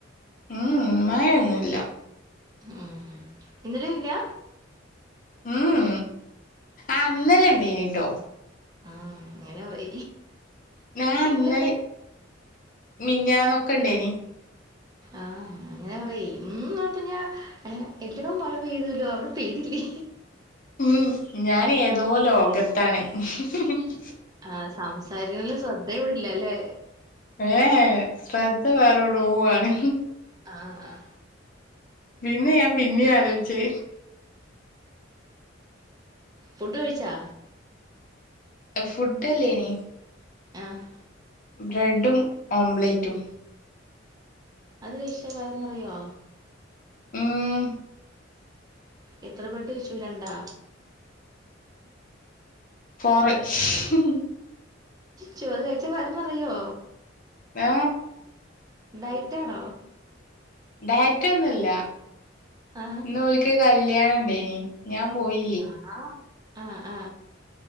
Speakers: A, on the left (about 45°); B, on the right (about 20°).
A: ഉം മഴൊന്നുല്ല
B: ഉം ഇന്നലീംല്ല
A: ഉം ആഹ് ഇന്നലെണ്ടയ്നീ ട്ടോ
B: ആഹ് അങ്ങനെ പറീ
A: ആ
B: ഇന്നലെക്കെ
A: ഇന്നലെ മിഞ്ഞാന്നൊക്കെ ഇണ്ടേനി
B: ആഹ് അങ്ങനെ പറീ ഇന്ന് ന്നട്ട് ഞ്ഞാ എഹ് എല്ലടോം മഴ പെയ്തൂല്ലോ അവടെ പെയ്തില്ലേ?
A: ഉം ഞാനേതോ ലോകത്താണ് <unintelligible>
B: ആഹ് സംസാരിക്ക്ന്നതില് ശ്രദ്ധ ഇവിടേല്ലല്ലേ
A: ഏഹ് ഏഹ് ശ്രദ്ധ വേറെവെടോ ആണ്.
B: ആഹ്
A: പിന്നെഞാൻ പിന്നെ ആലോയ്ച്ചേ
B: ഫുഡ്ഡ് കഴിച്ചാ?
A: ഫുഡ്ഡല്ലേയ്നീ
B: ആഹ്
A: ബ്രെഡും ഓംലെറ്റും
B: അത് കഴിച്ചാ വയറ് നെറയോ?
A: ഉം
B: എത്ര ബ്രഡ്ഡ് കൈച്ചു? രണ്ടാ
A: ഫോറ് <unintelligible>
B: ചോറ് കഴിച്ചാ വയറു നറയോ
A: ഏ
B: ഡയറ്റാണോ
A: ഡയറ്റ ഒന്നുഇല്ല
B: ആ
A: ഇന്ന് ഓൾക്ക് കല്യാണഉണ്ടായിന് ഞാൻ പോയി
B: ആഹ ആ ആ